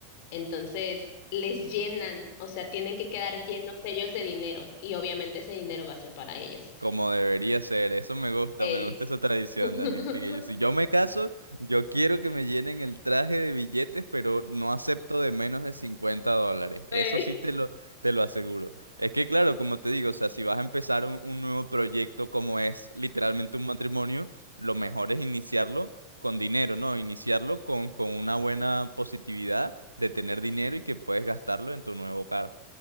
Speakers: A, on the left; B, on the right.
A: Entonces, les llenan, o sea, tienen que quedar llenos ellos de dinero y obviamente ese dinero va a ser para ellos.
B: Como debería ser, eso me gusta,
A: Ey.
B: me gusta esa tradición,
A: <laughs>
B: Dani, porque yo- si yo me caso, yo quiero que me llenen el traje de billetes, pero no acepto de menos de 50 dólares, eso
A: Ey.
B: sí te lo, te lo aseguro. Es que claro, como te digo, o sea, si vas a empezar un, un nuevo proyecto como es literalmente un matrimonio, lo mejor es iniciarlo con dinero, ¿no? Iniciarlo con, con una buena positividad de tener dinero y que puedes gastarlo en tu nuevo hogar.